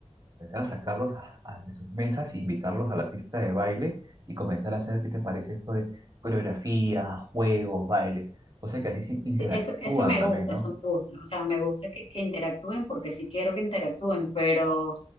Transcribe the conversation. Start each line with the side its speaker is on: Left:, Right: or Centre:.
Right: Empezar a sacarlos a- a- de sus mesas, invitarlos a la pista de baile y comenzar a hacer, ¿qué te parece esto de coreografía, juegos, baile? O sea que así se interactúan
Left: Sí, eso, eso me
Right: también,
Left: gusta,
Right: ¿no?
Left: eso me gusta. O sea, me gusta que, que interactúen porque sí quiero que interactúen, pero